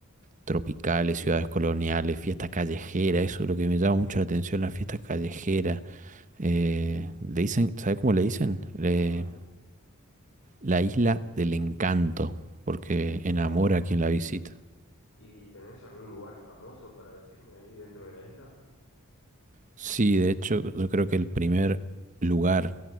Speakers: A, on the right; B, on the left.
A: tropicales, ciudades coloniales, fiestas callejeras, eso es lo que me llama mucho la atención, las fiestas callejeras. Eh, le dicen, ¿sabe cómo le dicen? Eh,
B: ¿Cómo?
A: la isla del encanto, porque
B: Mira
A: enamora
B: vos.
A: a quien la visita.
B: ¿Y, y tenés algún lugar famoso para decirme ahí dentro de la isla?
A: Sí, de hecho, yo creo que el primer lugar